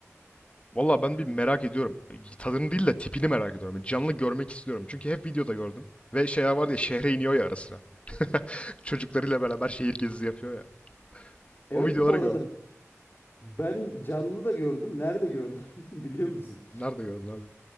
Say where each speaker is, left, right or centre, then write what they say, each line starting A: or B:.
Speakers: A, on the left (about 25°); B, on the left (about 45°).
A: Valla ben bir merak ediyorum. Tadını değil de tipini merak ediyorum. Yani Canlı görmek istiyorum. Çünkü hep videoda gördüm. Ve şeyler var ya şehre iniyor ya ara sıra. <laughs> Çocuklarıyla beraber şehir gezisi yapıyor ya. O
B: Evet
A: videoları
B: bu arada
A: gördüm.
B: ben canlı da gördüm. Nerede gördüm <laughs> biliyor musun?
A: Nerede gördün abi?